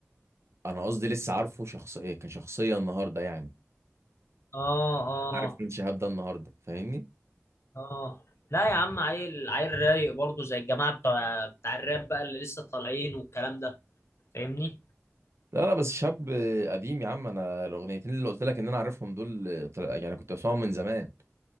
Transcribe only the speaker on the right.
انا قصدي لسه عارفه شخص ايه كشخصيه النهارده يعني
عارف مين شهاب ده النهارده فاهمني
لا لا بس شاب قديم يا عم انا الاغنيتين اللي قلت لك ان انا عارفهم دول طل- يعني كنت بسمعهم من زمان